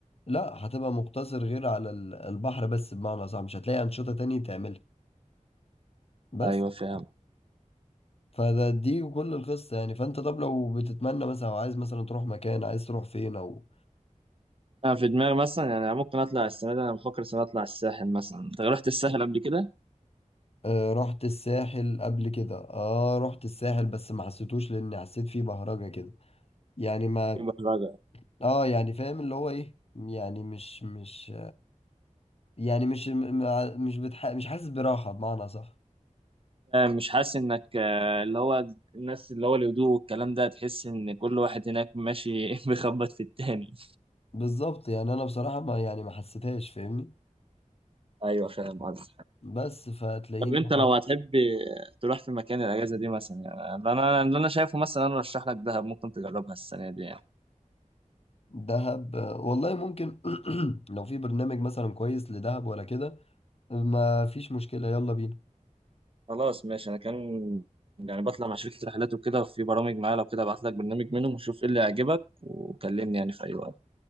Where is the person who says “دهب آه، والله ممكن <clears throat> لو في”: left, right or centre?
Left